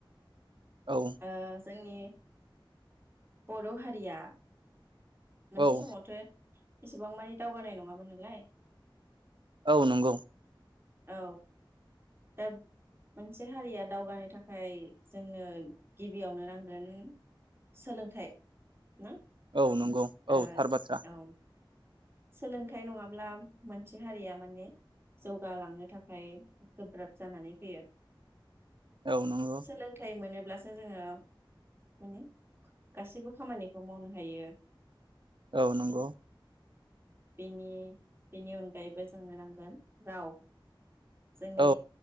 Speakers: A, on the right; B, on the right.
A: औ
B: ओ जोंनि बर' हारिया मोनसे
A: औ
B: समावथो एसेबां मानिे दावगानाय नङामोन नोंलाय
A: औ नंगौ
B: औ दा मोनसे हारिया दावगानो थाखाय जोंनो गिबियावनो नांगोन सोलोंथाइ ना
A: औ नंगौ
B: ओ
A: औ थार बाथ्रा
B: औ सोलोंथाइ नङाब्ला मोनसे हारिया माने जौगालांनो थाखाय गोब्राब जानानै फैयो
A: औ नंगौ
B: सोलोंथाइ मोनो ब्लासो जोङो माने गासैबो खामानिखौ मावनो हायो
A: औ नंगौ
B: बिनि बिनि अनगायैबो जोंनो नांगोन राव जोंनि
A: औ